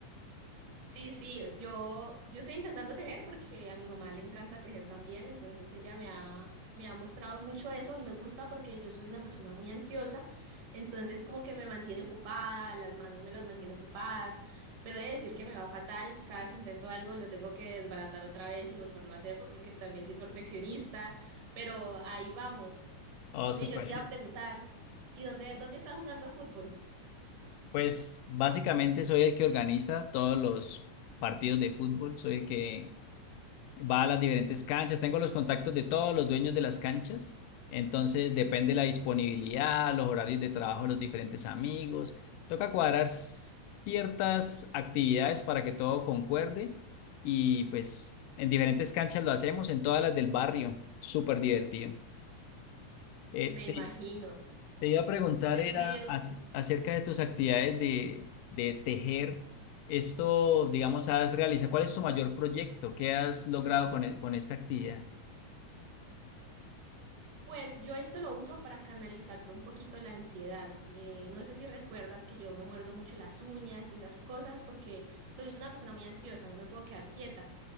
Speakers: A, on the right (about 70°); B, on the left (about 80°).
A: Sí, sí, yo, yo estoy intentando tejer porque a mi mamá le encanta tejer también, entonces ella me ha, me ha mostrado mucho eso y me gusta porque yo soy una persona muy ansiosa, entonces como que me mantiene ocupada, las manos me las mantiene ocupadas, pero he de decir que me va fatal, cada que intento algo lo tengo que desbaratar otra vez y volverlo a hacer porque también soy perfeccionista, pero ahí vamos.
B: Oh,
A: Ve,
B: súper.
A: yo te iba
B: ché-
A: a preguntar, ¿y dónde, dónde estás jugando fútbol?
B: Pues básicamente soy el que organiza todos los partidos de fútbol, soy el que va a las diferentes canchas, tengo los contactos de todos los dueños de las canchas, entonces depende la disponibilidad, los horarios de trabajo de los diferentes amigos, toca cuadrar ciertas actividades para que todo concuerde y pues en diferentes canchas lo hacemos, en todas las del barrio, súper divertido. Eh,
A: Me
B: te,
A: imagino.
B: te iba a preguntar,
A: Te
B: era
A: envidio,
B: ac- acerca de tus actividades de, de tejer. Esto, digamos, has realizado, ¿cuál es tu mayor proyecto? ¿Qué has logrado con, e- con esta actividad?
A: Pues yo esto lo uso para canalizar un poquito la ansiedad. Eh, no sé si recuerdas que yo me muerdo mucho las uñas y esas cosas porque soy una persona muy ansiosa, no me puedo quedar quieta.